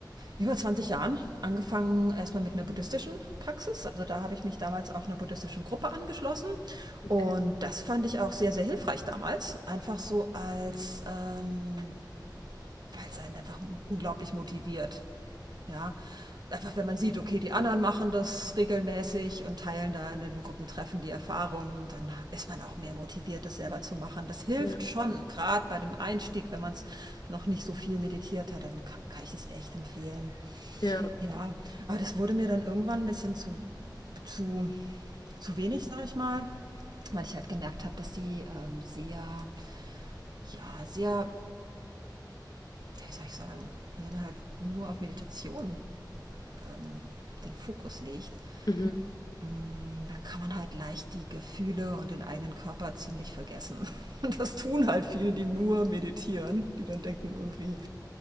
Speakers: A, on the right; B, on the left.
A: über 20 Jahren angefangen erstmal mit einer buddhistischen Praxis. Also da habe ich mich damals auch einer buddhistischen Gruppe angeschlossen.
B: okay.
A: Und das fand ich auch sehr, sehr hilfreich damals. Einfach so als ähm, weil es einen einfach unglaublich motiviert. Ja, einfach wenn man sieht, okay, die anderen machen das regelmäßig und teilen da in den Gruppentreffen die Erfahrungen, dann ist man auch mehr motiviert, das selber zu machen. Das hilft
B: Ja.
A: schon, gerade bei dem Einstieg, wenn man es noch nicht so viel meditiert hat, dann kann, kann ich es echt empfehlen.
B: Ja,
A: Ja, aber das wurde mir dann irgendwann ein bisschen zu, zu, zu wenig, sage ich mal, weil ich halt gemerkt habe, dass die ähm, sehr, ja, sehr ja, wie soll ich sagen, wenn man halt nur auf Meditation ähm, den Fokus legt,
B: mhm.
A: mm, dann kann man halt leicht die Gefühle und den eigenen Körper ziemlich vergessen. <laughs> Das tun halt viele, die nur meditieren, die dann denken irgendwie